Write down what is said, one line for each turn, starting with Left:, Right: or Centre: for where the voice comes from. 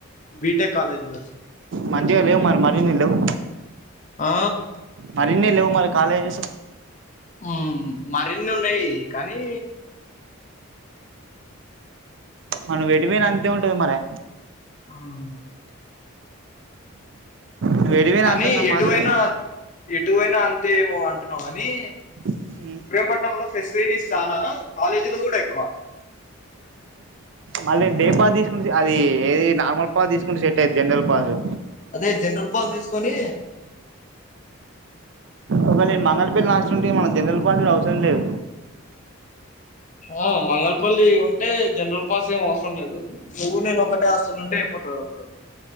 Left: బిటెక్ కాలేజ్ లో
Right: మంచిగా లేవు మరి ఇన్ని లేవు
Left: ఆ
Right: మరి ఇన్ని లేవు మరి కాలేజెస్
Left: ఉ మరిన్ని ఉన్నాయి కానీ
Right: మనం ఎటు పోయిన అంతే ఉంటది మరి
Left: ఆవు
Right: నువ్వు ఎటు పోయినా
Left: కానీ
Right: అంతంత
Left: ఎటువైనా
Right: మాత్రమే
Left: ఎటువైనా అంతే ఏమో అంటున్నావు అని
Right: ఆ
Left: ప్రేమపట్నంలో ఫెసిలిటీస్ చాలా కాలేజీలు కూడా ఎక్కువ
Right: మళ్ళీ డే పా తీసుకుంట అది ఏది నార్మల్ పా తీసుకుంటే సెట్ అయిది జనరల్ పాసు
Left: అదే జనరల్ పాస్ తీసుకొని
Right: ఒకవేళ నేను మంగళపల్లి హాస్టల్ ఉంటే మన జనరల్ పాస్ లు అవసరం లేదు.
Left: ఆ మంగల్పల్లి ఉంటే జనరల్ పాస్ లు ఏం అవసరం లేదు. నువ్వు నేను ఒకటే హాస్టల్ లో ఉంటే అయిపోతాది అప్పుడు